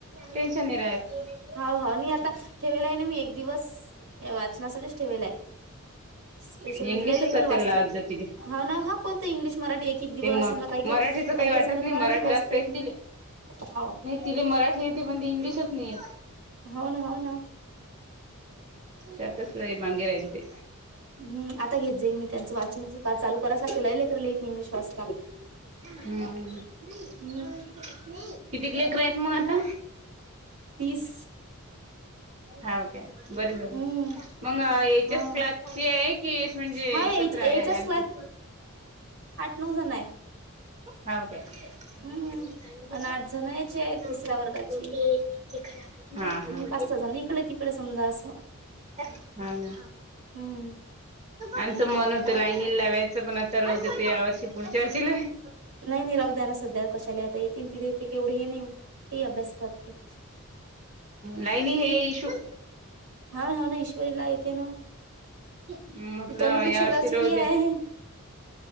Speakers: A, on the right; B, on the right.
A: टेन्शन नाही राहत.
B: हा हा नाही आता ठेवेला आहे ना मी एक दिवस वाचनासाठीच ठेवेलाय. स्पेशल
A: इंग्लिशच
B: म्हणजे लयलेखल
A: वाचायला
B: वाचत
A: लावत जा तिले.
B: हा ना हा कोणत इंग्लिश मराठी एक. एक दिवस
A: ते म
B: समजा काही काही
A: मराठीच काही वाटत
B: जणाला
A: नाही मराठी
B: वाचता
A: वाचतायेत
B: येत नाही
A: ति.
B: हो
A: तिले मराठी येते पण ते इंग्लिशच नाहीय.
B: हो ना हो ना.
A: सतसल मंगेरय ते.
B: हम् आता घेत जाईन मी त्यांचं वाचन चालू करायं केलंला लेकरला इंग्लिश वाचता.
A: हम्
B: हम्म
A: किती लेकरं आहेत मग आता?
B: तीस
A: हाव काय! बर झालं
B: हम्म
A: मग याच्याच
B: हा
A: क्लासची आहे की आस म्हणजे
B: हा
A: एकत्र
B: याच्याच
A: आहे आणखी.
B: नऊजण आहे.
A: हाव काय!
B: हम्म
A: <unintelligible>
B: आणि आठ जण याचे आहेत तिसऱ्या वर्गाचे हम्म पाच सहा जण इकडे तिकडे समजा असं
A: हा हा हा ना!
B: हम्म
A: आमचं मन होतं लानीला लावायचं पण आता राहुदेत या वर्षी पुढच्या वर्षीला लाव.
B: नाही नाही राहुंद्याना सध्या कशाला आता येते तिला येतेन केवढे हे नाही हे अभ्यास करते.
A: नाही नाही हे इशू
B: हा ना हा ना ईश्वरीला येते ना
A: म्हटलं
B: ती तनूपेक्षा
A: या
B: जराशी
A: वर्षी राहू
B: हे आहे.
A: द्या.